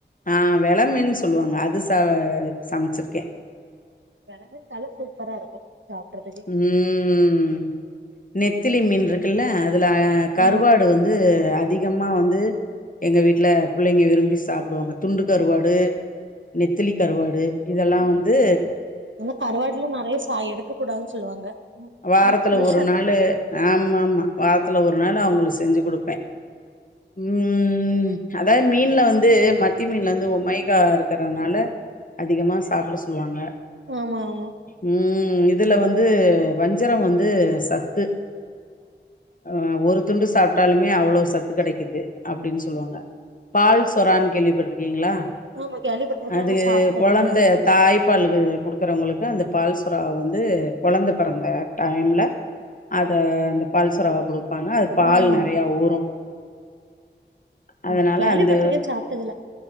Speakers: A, on the left; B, on the right.
A: ஆ வெல மீன் சொல்வாங்க அது ச சமச்சிருக்கே
B: வெல மீன் தல சூப்பரா இருக்கும் சாப்ட்றதுக்கு
A: ம் நெத்திலி மீன் இருக்குல அதுல கறுவாடு
B: ஆமா
A: வந்து அத் அதிகமா வந்து எங்க வீட்ல பிள்ளைங்க விரும்பி சாப்டுவாங்க துண்டு கருவாடு நெத்திலி கருவாடு இதெல்லா வந்து
B: அந்த கருவாட்ல நறையா சாயோ எடுத் விக்க கூடாதுனு சொல்லுவாங்க
A: வாரத்தில
B: ம் ப்ரஷர்
A: ஒரு நாளு ஆமா ஆமா வாரத்தில ஒர் ஒர் நாலா அவுங்ளுக்கு செஞ்சு குடுப்பே உம் அதா மீன்ல வந்து மத்தி மீன்ல வந்து ஒமைகா இருக்குறனால அதிகமா சாப்ட சொல்வாங்க
B: ஆமா ஆமா
A: உம் இருக் இதுல வந்து வஞ்சரோ வந்து சத்து அ ஒரு துண்டு சாப்ட்டாலுமே அவ்லோ சத்து கெடைக்கிது அப்டினு சொல்வாங்க பால் சொரானு கேள்வி பட்டுருக்கீங்ளா
B: ஆமா கேள்விப்பட்டிருக்கே
A: அது
B: ஆனா சாப்ட்டதில்ல
A: கொழந்த தாய்ப்பாலுக்கு குடுக்குறவங்களுக்கு அந்த பால்ஸூரா வந்து கொழந்தப் பிறந்த டைம்ல அத அந்தப் பால்ஸொராவ குடுப்பாங்க அது பால்
B: ஆமா
A: நெறையா
B: ஆமா
A: ஊரூ அதனால
B: ம் கேள்விப்பட்டிருக்கே
A: அந்த
B: சாப்ட்டதில்ல